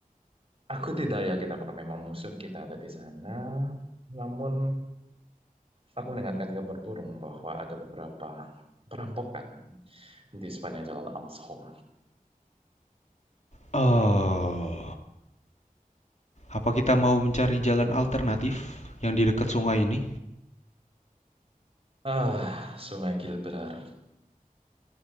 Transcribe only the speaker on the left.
Oh, apa kita mau mencari jalan alternatif yang di dekat sungai ini?